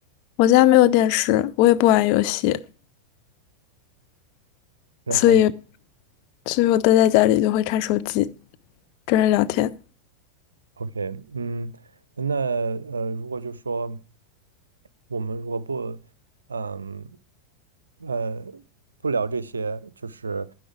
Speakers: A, on the left; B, on the right.
A: 我家没有电视，我也不玩游戏，
B: 然后。
A: 所以所以我待在家里就会看手机，跟人聊天。
B: OK，嗯，那呃，如果就说我们如果不，嗯，呃，不聊这些，就是，